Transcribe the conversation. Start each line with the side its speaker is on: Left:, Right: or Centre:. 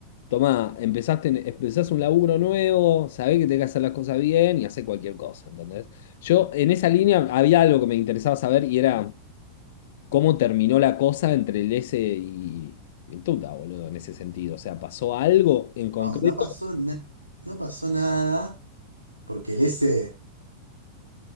Left: tomá, empezaste, en- empezás un laburo nuevo, sabés que tenés que hacer las cosas bien y hacés cualquier cosa, ¿entendés? Yo, en esa línea, había algo que me interesaba saber y era. cómo terminó la cosa entre el S y, y el Tuta, boludo, en ese sentido. O sea, pasó algo en concreto.
Right: No, no pasó, na- no pasó nada, porque el ese